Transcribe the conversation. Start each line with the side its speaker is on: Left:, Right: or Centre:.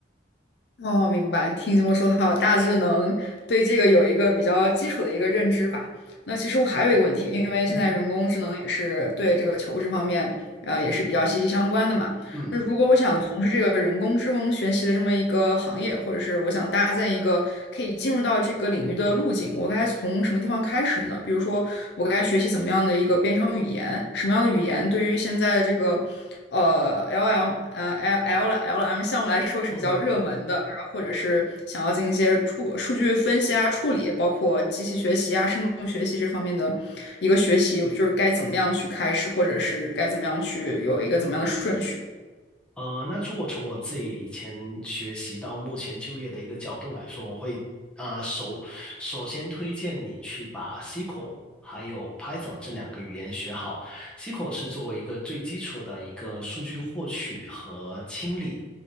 Left: 哦，明白。听你这么说的话，我大致能对这个有一个比较基础的一个认知吧。那其实我还有一个问题，因为现在人工智能也是对这个求职方面，
Centre: 嗯
Left: 呃，也是比较息息相关的嘛。
Centre: 嗯
Left: 那如果我想从事这个人工智能学习的这么一个行业，或者是我想搭建一个可以进入到这个领域的路径，我该从什么地方开始呢？比如说，我该学习怎么样的一个编程语言？什么样的语言对于现在的这个呃 LM 呃 L L LM 项目来说是比较热门的？
Centre: 嗯嗯。
Left: 然后或者是想要进行一些处数据分析啊、处理，包括机器学习啊、深度学习这方面的一个学习，就是该怎么样去开始，或者是该怎么样去有一个怎么样的顺序？
Centre: 呃，那如果从我自己以前学习到目前就业的一个角度来说，我会啊、呃首首先推荐你去把 SQL 还有 Python 这两个语言学好。SQL 是作为一个最基础的一个数据获取和清理